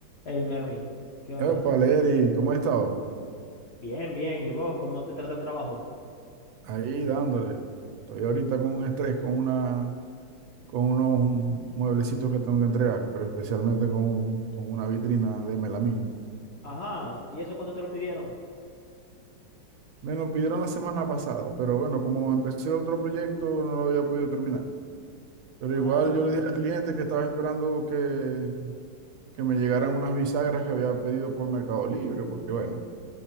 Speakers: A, on the left; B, on the right.
A: Hey Mervin, ¿qué ondas?
B: Epa, Leri, ¿cómo has estado?
A: Bien, bien. ¿Y vos cómo te trata el trabajo?
B: Ahí dándole. Estoy ahorita con un estrés, con una, con unos mueblecitos que tengo que entregar, pero especialmente con, un- con una vitrina de melamina.
A: Ajá. ¿Y eso cuándo te lo pidieron?
B: Me lo pidieron la semana pasada, pero bueno, como empecé otro proyecto, no lo había podido terminar. Pero
A: Ah,
B: igual yo
A: ok.
B: le dije al cliente que estaba esperando que, que me llegaran unas bisagras que había pedido por Mercado Libre, porque bueno,